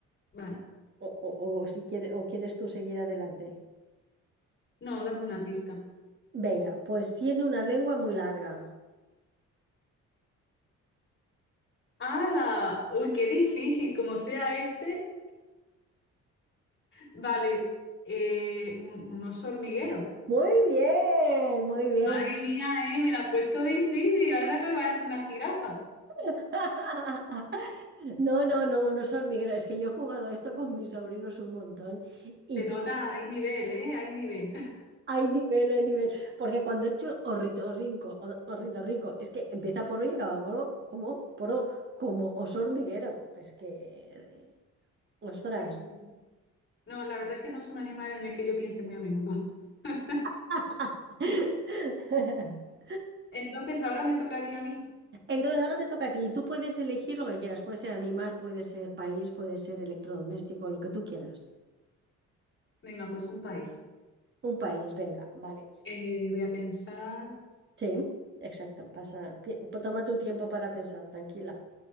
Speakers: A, on the left; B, on the right.
A: Vale,
B: o, o- o si quieres, o quieres tú seguir adelante.
A: no, dame una pista.
B: Venga, pues tiene una lengua muy larga.
A: ¡Hala! ¡Uy, qué difícil! Como sea este. Vale, eh, un, un oso hormiguero.
B: Muy bien, muy bien.
A: Madre
B: muy-
A: mía, eh, me la has puesto difícil. Ahora que parece una jirafa.
B: <laughs> No, no, no, unos hormigueros. Es que yo he jugado a esto con mis sobrinos un montón. y.
A: Te notas, hay nivel, ¿eh? Hay nivel. <laughs>
B: Hay nivel, hay nivel. Porque cuando he hecho ornitorrinco, o- ornitorrinco, es que empieza por O y acaba por O, como por O, como oso hormiguero. Es que, ostras.
A: Sí, sí. sí. No, la verdad es que no es un animal en el que yo piense muy a menudo. <laughs>
B: <laughs>
A: Entonces, ahora me tocaría a mí.
B: Entonces ahora te toca a ti y tú puedes elegir lo que quieras. Puede ser animal, puede ser país, puede ser electrodoméstico, lo que tú quieras.
A: Venga, pues un país.
B: Un país, venga, vale.
A: Eh, voy a pensar.
B: Sí, exacto. Pasa, pi- toma tu tiempo para pensar, tranquila.